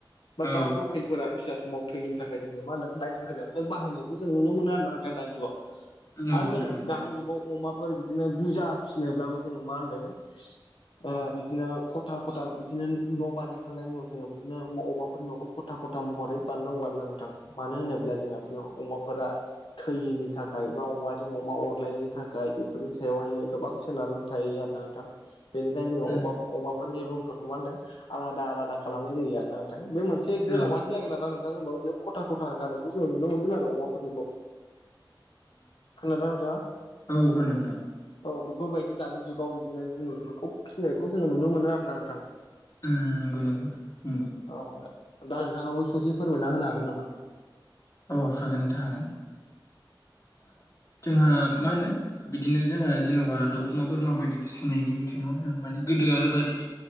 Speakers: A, on the left; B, on the left.
A: बि
B: औ
A: दाउ लखेलफोरुरा फिसा समाव थैयैनि थाखाय जोंङो मा होनदों लाइट गोजाफोर बाहायनायखौ जों नुनो मोनो आर ना नोंथां दानि जुगाव।
B: नंगौ
A: आरो
B: नोंथां
A: जों
B: नंगौ
A: दानि जुगाव अमाफोर बिदिनो बुरजा फिनोब्लाबो जों मा होन्दों ओ बिदिनो खथा खथा बिदिनो न' बानायखांनायनि उनाव जोंङो बिदिनो अमाफोरनि न'खौ खथा खथ महरै बाननांगौ आरो ना नोंथां। मानो होनोब्ला जोंहा बिदिनो अमाफोरा थैयिनि थाखाय बा अमाजों अमा अरलायैनि थाखाय। गाय बेफोरनि सायावहायो गोबां सोनारनानै थायो आर ना नोंथां बेनिखायनो जोङो
B: उम
A: अबा अमाफोरनि रुमफोरखौ मा होनदों आलादा आलादा खालामनाय जायो आरोना होन थां बे मोनसे गोलावानो
B: औ
A: जागोन आरो नोंथां होनबा बेयाव खथा खथा जानायखौ जोंङो नुनो मोनगोन आरो अमाफोरनिखौ खोनादोंना नोंथाङा
B: औ खोनदो नोंथां
A: औ बेफोरबायदि दानि जुगाव बिदिनो जुनुरफोरखौ फिसिनायखौ जोङो नुनो मोनो आरो ना नोंथां
B: उम नंगौ नंगौ नंगौ
A: औ दे। दा नोंथाङाबो ससे फोरमायना होनो हागोन नामा?
B: औ हागोन नोंथां हागोन। जोंहा मा होनो बिदिनो जोंहा जेन'बा दाउ अमा बोरमा बायदि फिसिनायनि बिथिङाव जों माने गोदो आरो दानि बि